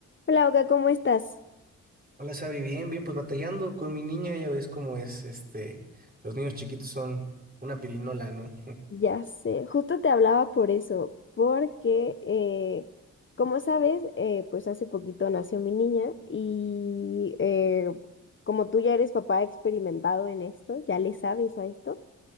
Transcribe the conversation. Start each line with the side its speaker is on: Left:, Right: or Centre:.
Left: Hola, Oka, ¿cómo estás?
Right: Hola, Sabi, bien, bien, pues batallando con mi niña, ya ves cómo es, este, los niños chiquitos son una pirinola, ¿no? <laughs>
Left: Ya sé, justo te hablaba por eso, porque eh, como sabes, eh, pues hace poquito nació mi niña y eh, como tú ya eres papá experimentado en esto, ya le sabes a esto,